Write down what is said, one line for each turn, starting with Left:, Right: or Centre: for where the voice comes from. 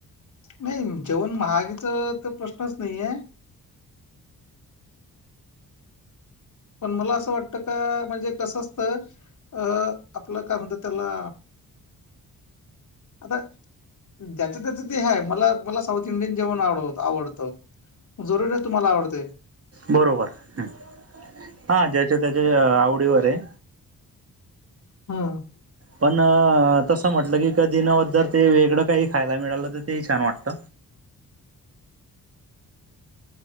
Left: नाय जेवण महागय तर प्रश्नच नाहीये. पण, मला असं वाटतं का म्हणजे कसं असत अ आपलं काय म्हणत त्याला आता ज्याचं त्याच ते हे आहे मला, मला साऊथ इंडियन जेवण आवड आवडतं. जरूर या तुम्हाला आवडते.
Right: बरोबर हां, ज्याच्या, त्याच्या आवडीवर आहे.
Left: हं.
Right: पण, तसं म्हटलं की कधी नव्ह जर ते वेगळं काही खायला मिळालं तर तेही छान वाटत.